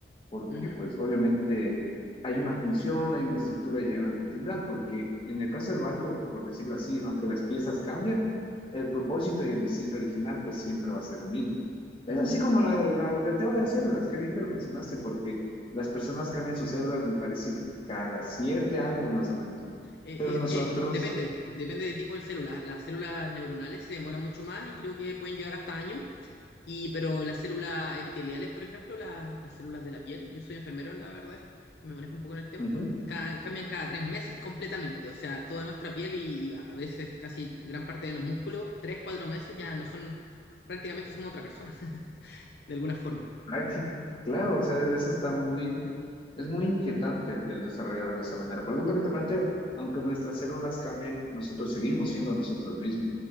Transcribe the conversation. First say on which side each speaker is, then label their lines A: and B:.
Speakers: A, on the left (about 30°); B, on the left (about 65°).
A: porque
B: ujú,
A: pues obviamente hay una función, hay una estructura y hay una continuidad, porque en el caso del barco, por decirlo así, aunque las piezas cambian, el propósito y el diseño original pues siempre va a ser el mismo. Es
B: ujú.
A: así como la- la- el tema de las células, qué bien que lo mencionaste, porque las personas cambian sus células, me parece que cada siete años más o menos,
B: Eh,
A: pero nosotros...
B: eh, eh, depende, depende del tipo de célula. Las células neuronales se demoran mucho más y creo que pueden llegar hasta años. Y, pero las células epiteliales, por ejemplo, la- las células de la piel, yo soy enfermero, la verdad, me manejo un poco en el tema,
A: ujú.
B: ca- cambian cada tres meses completamente. O sea, toda nuestra piel y, y a veces casi gran parte de los músculos, tres, cuatro meses ya no son, prácticamente somos otra persona, <laughs> de alguna forma.
A: Ah, sí, claro, o sea, eso está muy, es muy inquietante el, el desarrollar de esa manera. Por ejemplo, que te planteo, aunque nuestras células cambien, nosotros seguimos siendo nosotros mismos.